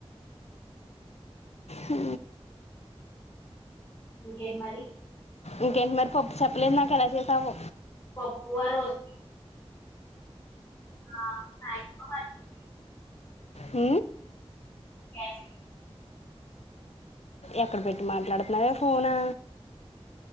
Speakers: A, on the left (about 80°); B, on the left (about 25°).
A: ఆ
B: ఇంకేంటి మరి
A: ఇంకేంటి మరి పప్పు చెప్పలే నాకు ఎలా చేసావు
B: పప్పు ఆ రోజు ఆ మాక్సిమం
A: ఊ
B: బస
A: ఎక్కడ పెట్టి మాట్లాడుతున్నావే ఫోనా